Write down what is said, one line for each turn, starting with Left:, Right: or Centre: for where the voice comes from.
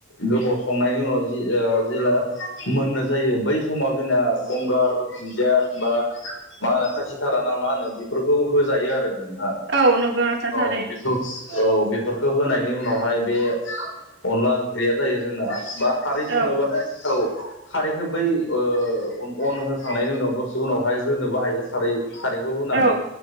Left: गोबाव संनायनि उनाव जि ओ जेला मोननाय जायो बै समाव जोंना गंगार दुन्दिया बा मा होनो खासिथारा ना मा होनो बेफोरखौ होजायो आरो नोंथां
Right: औ नंगौ नोंथां
Left: औ। अ
Right: थारैनो
Left: बिखौ औ बेफोरखौ होनायनि उनावहाय बे अनला ओंख्रिया जायो जोंना बा खारै सङोबाथाय
Right: औ
Left: औ खारैखौ बै ओ अन होखांनायनि उनाव दसे उनावहाय जोनोबो हायो खारै खारैखौ लुनानै
Right: औ